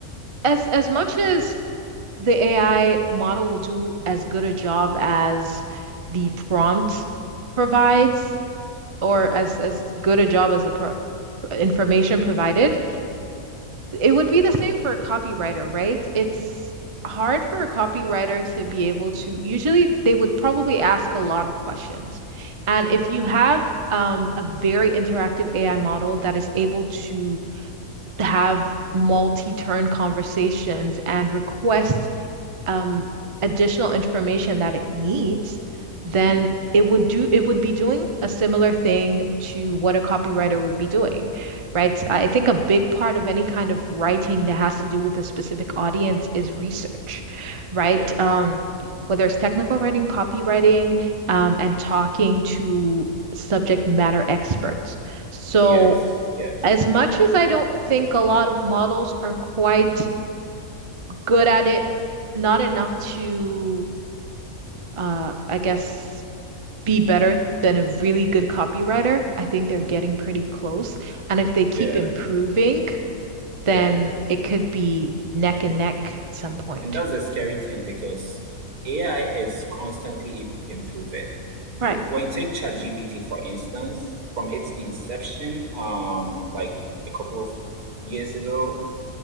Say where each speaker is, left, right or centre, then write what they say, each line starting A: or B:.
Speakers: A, on the right; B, on the right.
A: as as much as the AI model will do as good a job as the prompt provides, or
B: Yeah.
A: as as good a job as the pro information provided. It would be the same for a copywriter, right? It's hard for a copywriter to be able to, usually they would probably ask a lot of questions. And
B: Mm,
A: if you have um, a very interactive AI model that is able to have multi-turn conversations and request um, additional information that it needs, then
B: mm,
A: it would do it would be doing a similar thing to what a copywriter would be doing, right?
B: mm.
A: I think a big part of any kind of writing that has to do with a specific audience is research, right?
B: Yes.
A: Um,
B: Mhm.
A: whether it's technical writing, copywriting, um, and talking to subject matter experts. So,
B: Yes. Yes.
A: as much as I don't think a lot of models are quite good at it, not enough to, uh, I guess, be better than a really good copywriter. I think they're getting pretty close. And if they keep
B: Yeah.
A: improving, then
B: Yeah.
A: it could be neck and neck at some point.
B: And that's the scary thing because AI is constantly i- improving.
A: Right.
B: L- When you take ChatGPT, for instance, from its inception, um, like a couple of years ago,